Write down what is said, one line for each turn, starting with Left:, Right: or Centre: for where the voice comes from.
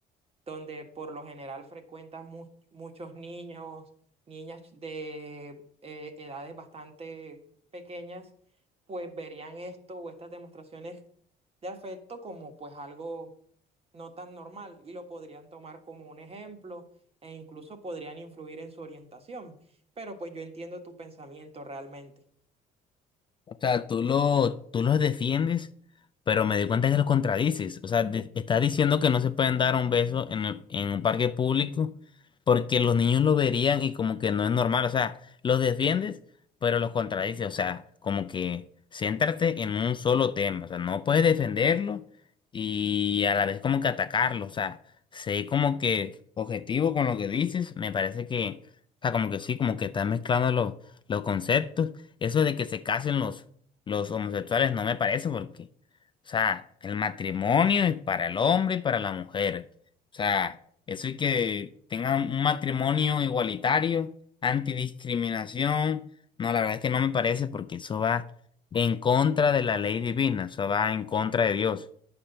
Right: donde por lo general frecuentas mu- muchos niños, niñas de eh, edades bastante pequeñas, pues verían esto o estas demostraciones de afecto como pues algo no tan normal y lo podrían tomar como un ejemplo e incluso podrían influir en su orientación. Pero pues yo entiendo tu pensamiento realmente.
Left: O sea, tú lo, tú los defiendes, pero me di cuenta que los contradices. O sea, de- estás diciendo que no se pueden dar un beso en, el- en un parque público porque los niños lo verían y como que no es normal. O sea, los defiendes, pero los contradices. O sea, como que céntrate en un solo tema. O sea, no puedes defenderlo y a la vez como que atacarlo. O sea, sé como que objetivo con lo que dices. Me parece que, o sea, como que sí, como que estás mezclando los, los conceptos. Eso de que se casen los, los homosexuales no me parece porque, o sea, el matrimonio es para el hombre y para la mujer. O sea, eso y que tengan un matrimonio igualitario, antidiscriminación, no, la verdad es que no me parece porque eso va en contra de la ley divina, eso va en contra de Dios.